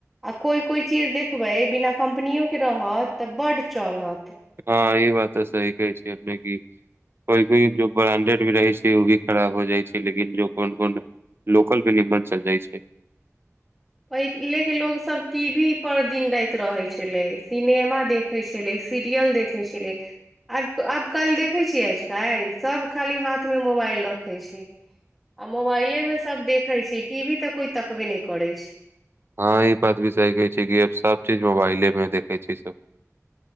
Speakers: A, in the centre; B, on the right.
A: आ कोइ कोइ चीज देखबै बिना कम्पनोकके रहत तऽ बड्ड चलत
B: ह ई बात तऽ सही कहै छै अपने कोइ कोइ ब्रांडेड भी रहै छै ओ भी खराब हो जाइ छै लेकिन जो कोन कोन लोकल भी नीमन चल जाइ छै
A: पहिलेके लोकसभ टी वी पर दिन राति रहै छलै सिनेमा देखै छलै सीरियल देखै छलै आब आब काल्हि देखै छियै आज कल्हि सभ खाली हाथमे मोबाइल रखै छै आ मोबाइले मे सब देखे छै टीवी तऽ कोई तकबे नहि करै अछि
B: हँ ई बात भी सही कहै छै कि सब चीज मोबाइलेमे देखै छै सब